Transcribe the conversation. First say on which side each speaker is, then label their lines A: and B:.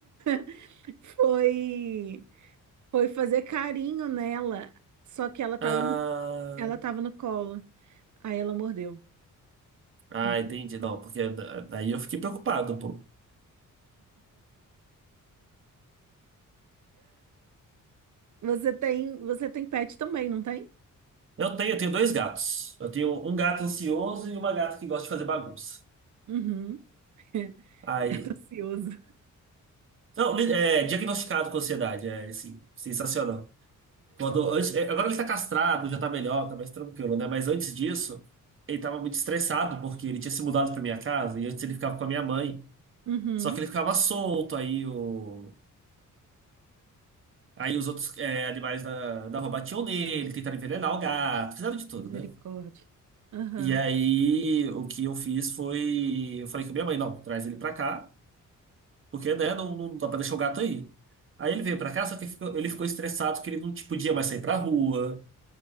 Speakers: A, on the right; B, on the right.
A: <laughs> foi foi fazer carinho nela, só que ela tava
B: Ah,
A: ela tava no colo. Aí ela mordeu.
B: ah,
A: Entendo.
B: entendi. Não, porque da- daí eu fiquei preocupado, pô.
A: Você tem, você tem pet também, não tem?
B: Eu tenho, eu tenho dois gatos. Eu tenho um gato ansioso e uma gata que gosta de fazer bagunça.
A: Uhum. <laughs>
B: Aí...
A: Gato ansioso.
B: Não, li- é, diagnosticado com ansiedade, é, sim, sensacional. Quando, antes- é, agora ele tá castrado, já tá melhor, tá mais tranquilo, né? Mas antes disso, ele tava muito estressado porque ele tinha se mudado pra minha casa e antes ele ficava com a minha mãe.
A: Uhum.
B: Só que ele ficava solto, aí o, aí os outros é, animais da, da rua batiam nele, tentaram envenenar o gato, fizeram de tudo,
A: Misericórdia.
B: né?
A: Aham.
B: E aí o que eu fiz foi, eu falei com a minha mãe, não, traz ele pra cá, porque, né, não, não dá pra deixar o gato aí. Aí ele veio pra cá, só que ficou- ele ficou estressado que ele não tipo, podia mais sair pra rua.